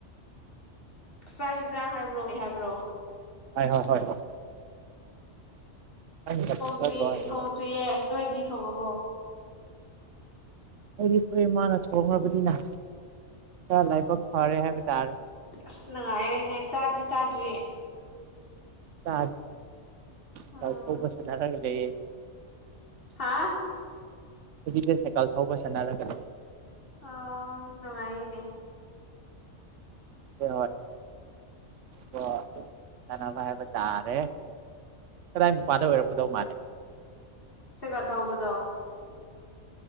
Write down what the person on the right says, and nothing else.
ꯍꯣꯏ ꯍꯣꯏ ꯍꯣꯏ ꯍꯣꯏ ꯅꯪꯅ ꯊꯣꯡꯖꯗ꯭ꯔꯣ
ꯍꯥꯏꯅꯤ
ꯑꯩꯗꯤ ꯐꯣꯏ ꯏꯃꯥꯅ ꯁꯈ꯭ꯔꯕꯅꯤꯅ ꯆ ꯂꯥꯏꯕ ꯐꯔꯦ ꯍꯥꯏꯕ ꯇꯥꯔꯦ
ꯀ
ꯀ ꯐꯣꯁꯅ ꯂꯒꯂ
ꯍꯧꯖꯤꯛꯁꯦ ꯁꯥꯏꯀꯜ ꯊꯧꯕ ꯆꯠꯅꯔꯛꯒꯅꯦ
ꯦ ꯍ ꯀꯅꯕ ꯍꯥꯏꯕ ꯇꯥꯔꯦ ꯀꯗꯥꯏ ꯃꯄꯥꯥꯟꯗ ꯑꯣꯏꯔꯝꯄꯗꯧ ꯃꯥꯜꯂꯦ